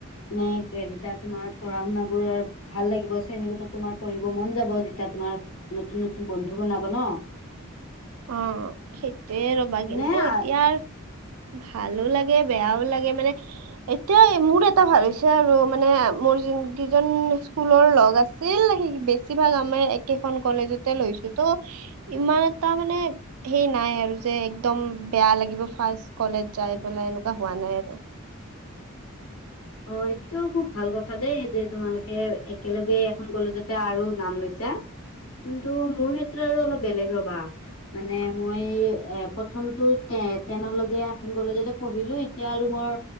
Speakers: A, on the left; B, on the right.
A: মানে এ যেতিয়া তোমাৰ পঢ়া শুনা বোৰ ভাল লাগিব শ্ৰেণীকোঠাত তোমাৰ পঢ়িব মন যাব যেতিয়া তোমাৰ নতুন নতুন বন্ধু বনাব ন।
B: অ সেইটোয়ে ৰবা
A: এনে
B: কিন্তু এতিয়া। ভালো লাগে, বেয়াও লাগে মানে এতিয়া মোৰ এটা ভাবিছোঁ আৰু মানে মোৰ জোন কিজন স্কুলৰ লগ আছিল, বেছিভাগ আমাৰ একেখন কলেজতে লৈ। ত ইমান এটা মানে সেই নাই আৰু যে একদম বেয়া লাগিব ফাচ কলেজ যাই পেলাই এনেকুৱা হোৱা নাই আৰু
A: অ এইটো খুব ভাল কথা দেই যে তোমালোকে একেলগে এখন কলেজতে আৰু নাম লৈছা কিন্তু মোৰ হেইটো আৰু অলপ বেলেগ ৰবা, মানে মই এ পত প্ৰথম টো টেনলৈকে এখন কলেজতে পঢ়িলো, এতিয়া আৰু মই